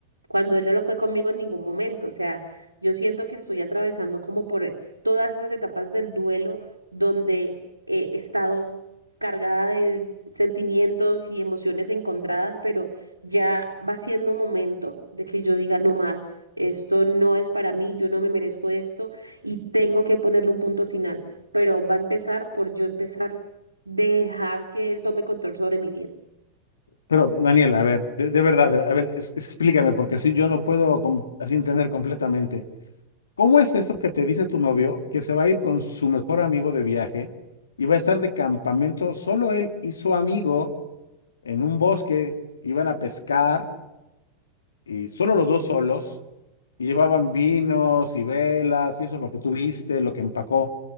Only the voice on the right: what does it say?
cuando él no lo fue conmigo en ningún momento. O sea, yo siento que estoy atravesando como por todas esas etapas del duelo donde eh, he estado cargada de sentimientos y emociones encontradas, pero ya va siendo momento de que yo diga no más, esto no es para mí, yo no me merezco esto y tengo que ponerle un punto final, pero va a empezar por yo empezar dejar que él tome control sobre mi vida.